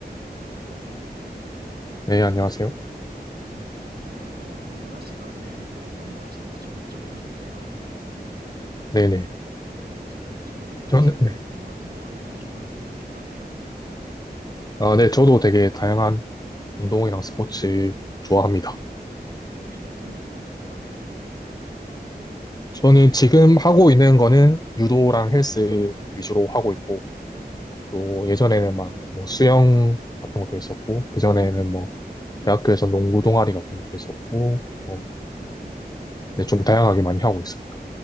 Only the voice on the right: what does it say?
안녕하세요.
네, 오늘 한번 여가 시간에 뭐 어떤 거 하시는지 좀 여쭤보고 싶은데요.
혹시 뭐 저는 여가
시간에 운동
같은 거 하는 거 좋아하는 운동 좋아하세요?
어, 혹시 어떤 운동 주로 하세요?